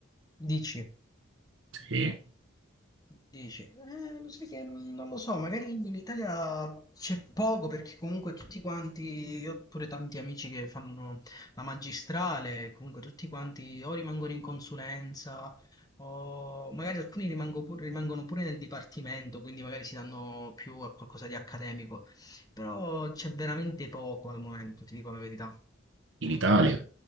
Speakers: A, on the left (about 20°); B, on the right (about 75°).
A: Dici?
B: Sì,
A: Dici, eh, lo sai che non lo so, magari in Italia c'è poco perché comunque tutti quanti, io ho pure tanti amici che fanno la magistrale, comunque tutti quanti o rimangono in consulenza o magari alcuni rimango pur- rimangono pure nel dipartimento, quindi magari si danno più a qualcosa di accademico, però c'è veramente poco al momento, ti dico la verità.
B: in Italia.